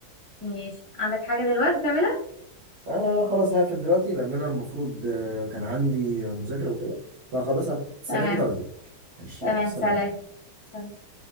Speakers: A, on the left; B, on the right.
A: ماشي عندك حاجه دلوقتي تعملها
B: انا خلاص هقفل دلوقتي لان انا المفروض آه، كان عندي مذاكرة وكده فهخلصها سريع
A: تمام
B: كده واجيلك ماشي
A: تمام
B: يلا سلام
A: سلام سلام